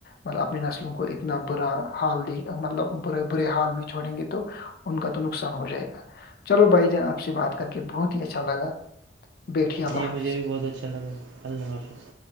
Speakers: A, on the left; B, on the right.
A: مطلب اپنی نسلوں کو اتنا برا حال د مطلب بے برے حال میں چھوڑیں گے تو ان کا تو نقصان ہو جائے گا چلو بھائی جان آپ سے
B: جی
A: بات کر کے بہت ہی اچھا لگا بیٹھیے اللہ
B: جی مجھے
A: حافظ
B: بھی بہت اچھا لگا اللہ حافظ